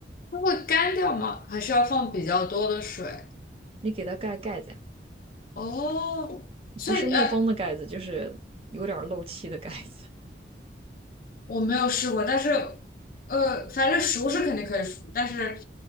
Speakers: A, on the left (about 50°); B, on the right (about 30°).
A: 它会干掉吗？还是要放比较多的水？
B: 你给它盖盖子呀，
A: 哦，所以呃，
B: 不是密封的盖子，就是有点儿漏气的盖子，
A: 我没有试过，但是呃，反正熟是肯定可以熟，但是